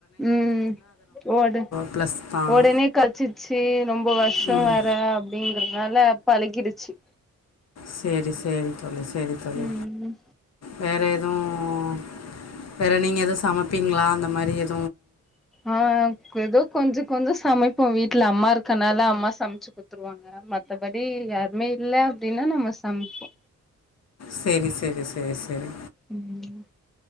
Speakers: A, in the centre; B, on the left.
A: உம் ஓடு
B: ப்ளஸ் தான்
A: ஒடனே கழச்சிச்சு ரொம்ப வர்ஷொ
B: ம்
A: வேற அப்படிங்கிறதுனாலப் பழகிடுச்சு
B: சேரி சேரி செரி தோழி
A: ம்
B: வேற எது துவு வேற நீங்க எதுவ் சமப்பீங்களா அந்த மாரி எத்
A: ஆஹ் கெதோ கொஞ்ச கொஞ்சொ சமைப் ப்போ வீட்டுல அம்மா இருக்கனால அம்மா சமச்சு குடுத்துருவாங்க மத்தபடி யாருமே இல்ல அப்டின்னா நம்ம சமப்போ
B: செரி செரி செரி செரி
A: உம்